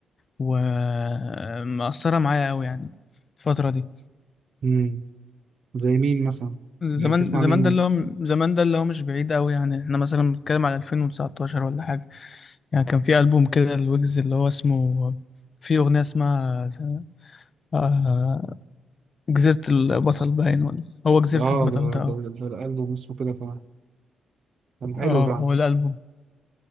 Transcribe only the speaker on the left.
ومأثره معايا قوي يعني الفتره دي
زمان
زمان
ده
اللي هو زمان ده اللي هو مش بعيد قوي يعني احنا مثلا بنتكلم على 2019 ولا حاجه يعني كان في ألبوم كده الويجز اللي هو اسمه في اغنيه اسمها آه، جزيره البطل باين ولا هو جزيره
البطل
ده اه
اه
هو الألبوم